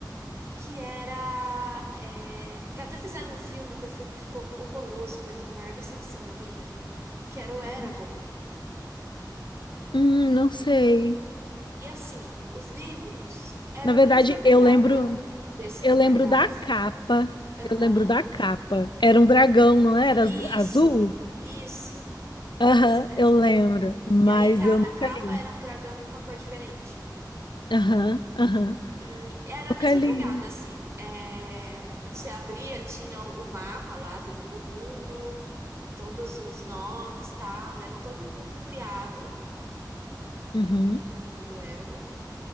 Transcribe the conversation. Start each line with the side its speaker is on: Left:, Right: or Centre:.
Right: que era. é, que até fizeram um filme que o filme ficou horroroso, foi a minha maior decepção da vida, que era o Eragon.
Left: Hum, Hum, não sei.
Right: E assim, os livros eram
Left: Na verdade,
Right: na mesma pegada
Left: eu lembro,
Right: desse
Left: eu
Right: da Quarta
Left: lembro da
Right: Asa.
Left: capa.
Right: Aham.
Left: Eu lembro da capa. Era um dragão, não era?
Right: Isso,
Left: Az- Azul?
Right: isso,
Left: Aham,
Right: esse mesmo.
Left: eu lembro, mas
Right: E aí cada
Left: eu nunca
Right: capa
Left: li.
Right: era um dragão com uma cor diferente.
Left: Aham, aham.
Right: E era
Left: Nunca
Right: a mesma
Left: li.
Right: pegada, assim. É... Se abria, tinha o o mapa lá do, do mundo. todos os nomes, tal, era todo um mundo criado
Left: Uhum,
Right: no mundo do Eragon.